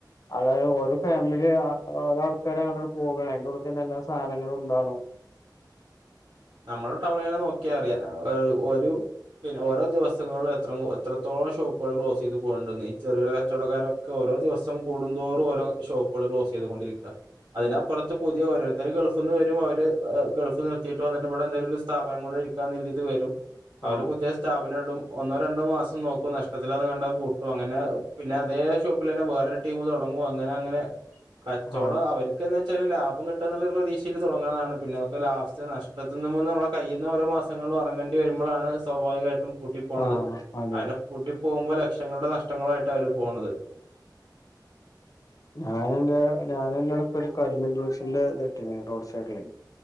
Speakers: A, on the left; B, on the right.
A: അതായത് ഓരോ ഫാമിലി ഓരോ ആൾക്കാര് അങ്ങോട്ട് ഇങ്ങോട്ട് പോകണം അതിന്റെ ഉള്ളിലേക്ക് തന്നെ എല്ലാ സാധനങ്ങളും ഉണ്ടാണു
B: നമ്മുടെ ടൗണെല്ലാം നോക്കിയാ അറിയാം ഒരു ഒരു പിന്നെ ഓരോ ദിവസങ്ങളിലും എത്ര എത്രത്തോളം ഷോപ്പുകൾ ക്ലോസ് ചെയ്ത് പോകുന്നുണ്ടെന്ന് ഈ ചെറുകിട കച്ചവടക്കാരൊക്കെ ഓരോ ഓരോ ദിവസം കൂടുന്തോറും ഓരോ ഷോപ്പുകൾ ക്ലോസ് ചെയ്തുകൊണ്ടിരിക്ക അതിനപ്പുറത്ത്
A: ഉം
B: പുതിയ ഓരോരുത്തർ ഗൾഫിന്ന് വരും അവര് ഗൾഫ് നിർത്തിയി ന്നിട്ട് ഇവിടെ എന്തെലും സ്ഥാപനം കൊണ്ട് ഇരിക്കാൻ കരുതീട്ട് വരും അവര്
A: ആ
B: പുതിയ സ്ഥാപനം ഇടും ഒന്നോ രണ്ടോ മാസം നോക്കും നഷ്ടത്തിലാന്ന് കണ്ടാൽ പൂട്ടും അങ്ങനെ പിന്നെ അതേ ഷോപ്പിൽ തന്നെ വേറൊരു ടീമ് തുടങ്ങും അങ്ങനെ അങ്ങനെ കച്ചവടം
A: ആ
B: അവര്ക്ക് എന്താ വെച്ചാല് ലാഭം കിട്ടണം എന്നുള്ള ഒരു പ്രതീക്ഷ ടങ്ങതാണ് പിന്നെ ഒക്കെ ലാസ്റ്റ് നഷ്‌ടത്തുന്നുമ്മേന്ന് വേണം കൈയിൽ നിന്ന് ഓരോ മാസങ്ങളില് ഇറങ്ങണ്ട ങ്ങേണ്ടി വരുമ്പോഴാണ് സ്വാഭാവികമായിട്ടും പൂട്ടിപ്പോണത്
A: ആ അതെ
B: അതിനെ പൂട്ടി പോകുമ്പോ ലക്ഷങ്ങളുടെ നഷ്ടങ്ങള് ആയിട്ടാണ് അവര് പോണത്
A: ഞാന് എന്താ ഞാൻ എൻ്റെ ടീപ്പോ ഒരു കരിമ്പ് ജൂസിന്റെ ഇത് ഇട്ടീനി റോഡ് സൈഡില്